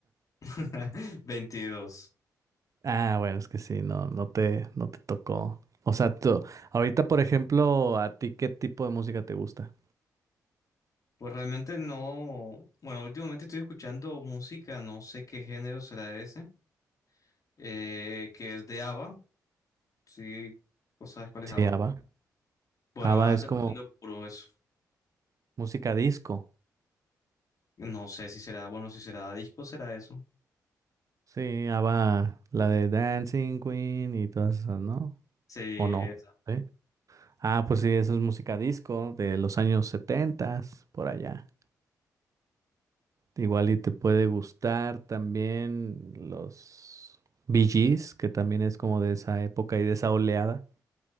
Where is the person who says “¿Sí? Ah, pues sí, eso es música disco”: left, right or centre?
Right